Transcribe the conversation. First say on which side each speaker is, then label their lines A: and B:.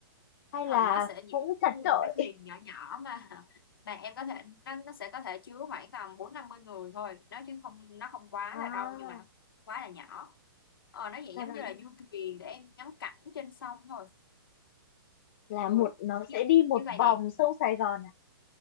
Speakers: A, on the left (about 30°); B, on the left (about 65°).
A: hay là
B: hồng nó sẽ dị-
A: cũng chặt
B: như
A: chội
B: là một cái thuyền nhỏ nhỏ mà <laughs> mà em có thể nó nó sẽ có thể chứa khoảng tầm bốn năm mươi người thôi nó chứ không nó không quá
A: à,
B: là đông nhưng mà nó quá là nhỏ ờ nó vậy
A: là,
B: giống
A: là,
B: như là du thuyền để em ngắm cảnh trên sông thôi
A: là
B: ừ
A: một nó
B: nha
A: sẽ đi một
B: như vậy
A: vòng
B: nè
A: sông Sài Gòn à